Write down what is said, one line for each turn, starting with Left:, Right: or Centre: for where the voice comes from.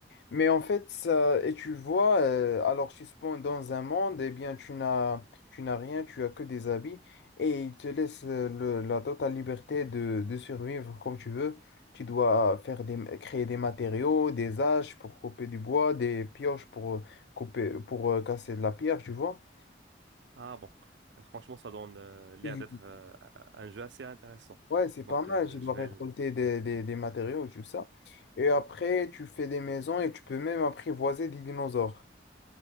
Left: Mais en fait, ça, et tu vois, euh, alors tu spawns dans un monde, eh bien tu n'as tu n'as rien, tu as que des habits, et il te laisse euh, le- la totale liberté de, de survivre comme tu veux. Tu dois faire des, créer des matériaux, des haches pour couper du bois, des pioches pour euh, couper, pour euh, casser de la pierre, tu vois.
Right: Ah bon, Euh, franchement, ça donne euh, l'air
Left: Mhm.
Right: d'être euh, un un jeu assez intéressant.
Left: Ouais, c'est pas
Right: Donc,
Left: mal,
Right: euh,
Left: tu dois
Right: je vais...
Left: récolter
Right: l-
Left: des, des, des matériaux, tout ça. Et après,
Right: oh,
Left: tu fais des maisons et tu peux même apprivoiser des dinosaures.